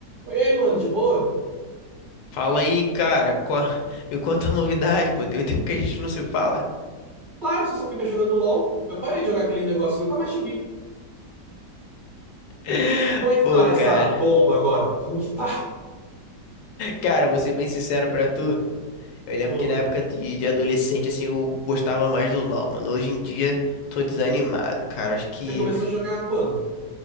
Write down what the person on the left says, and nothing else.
Fala aí, cara. Qua- <laughs> Me conta a novidade, pô. Tem um tempo que a gente não se fala.
<laughs>
Pô,
cara.
Cara, vou ser bem sincero pra tu. Eu lembro
que na época de, de adolescente, assim, eu gostava mais do LoL, mano. Hoje em dia, tô desanimado, cara. Acho que,